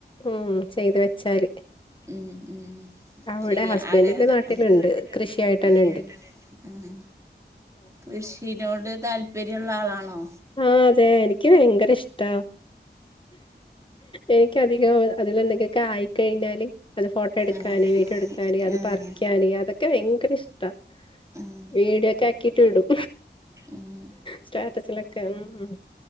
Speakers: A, on the left; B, on the right.
A: ഉം ചെയ്ത് വെച്ചാല്
B: ഉം ഉം
A: അവിടെ
B: ചെയ്യാൻ
A: ഹസ്ബൻഡിന്റെ
B: അങ്ങെ
A: നാട്ടിലുണ്ട്
B: നാട്ടിൽ
A: കൃഷിയായിട്ടന്നെണ്ട്
B: ഉണ്ട്. ഉം ഉം കൃഷിനോട് താല്പര്യ ഉുള്ള ആളാണോ
A: ആഹ് അതെ എനിക്ക് ഭയങ്കര ഇഷ്ട എനക്ക്ധികം അതിൽ എന്തെ ക്കെ ആയിക്കഴിഞ്ഞാല് അത് ഫോട്ടോ എടുക്കാന്
B: ഏഹ്
A: വീട്ടിയോ എടുക്കാന് അത്
B: ഏഹ്
A: പറിക്കാന് അതൊക്കെ ഭയങ്കര ഇഷ്ട്ട
B: ഉം
A: വീഡിയോക്ക ആക്കിട്ട് വിടും
B: ഉം
A: സ്റ്റാറ്റസില് ക്കെ ഉം